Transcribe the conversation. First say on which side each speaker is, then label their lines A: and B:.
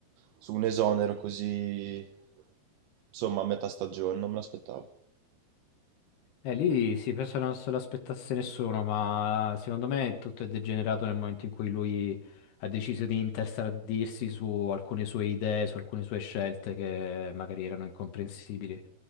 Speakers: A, on the right; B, on the left.
A: su un esonero così, insomma, a metà stagione, non me l'aspettavo.
B: Eh, lì sì, penso che non se l'aspettasse nessuno, ma secondo me tutto è degenerato nel momento in cui lui ha deciso di interstradirsi su alcune sue idee, su alcune sue scelte che magari erano incomprensibili.